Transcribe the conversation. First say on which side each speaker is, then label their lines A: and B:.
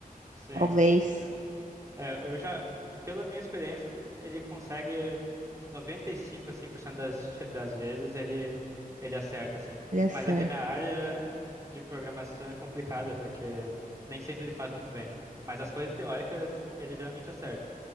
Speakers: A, on the right; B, on the right.
A: Sim.
B: Talvez
A: É, É, eu já, pela minha experiência, ele consegue 95, assim, por cento das, ch- das vezes ele, ele acerta, assim.
B: ele acerte.
A: Mas é que a minha área de programação é complicada, porque nem sempre ele faz muito bem. Mas as coisas teóricas ele geralmente acerta.